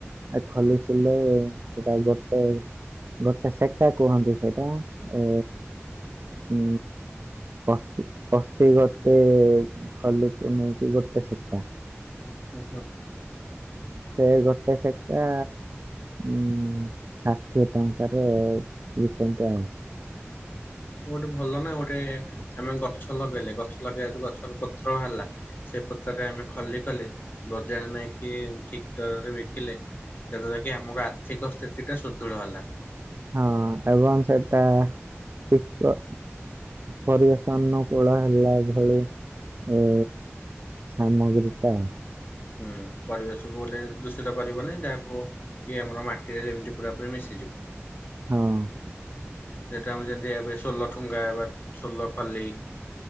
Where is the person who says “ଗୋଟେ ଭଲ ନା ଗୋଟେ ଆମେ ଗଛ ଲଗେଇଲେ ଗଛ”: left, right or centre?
Left